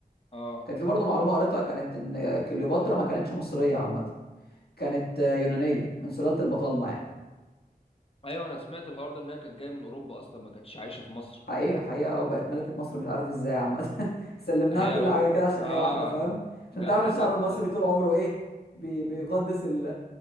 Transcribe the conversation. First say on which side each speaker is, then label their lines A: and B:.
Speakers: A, on the left; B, on the left.
A: اه
B: كان في برضو معلومة قريتها كانت إن كليوباترا ما كانتش مصرية عامة كانت يونانية من سلالة البطالمة يعني.
A: ايوه انا سمعت الحوار ده ان هي كانت جايه من اوروبا اصلا ما كانتش عايشه في مصر
B: حقيقة حقيقة اه بقت ملكة مصر مش عارف ازاي عامة <laughs> سلمناها
A: هي
B: كل
A: ب...
B: حاجة كده عشان
A: اه
B: هي واحدة فاهم عشان
A: جا...
B: تعرف
A: لا
B: الشعب
A: جت
B: المصري طول عمره ايه بي بيقدس ال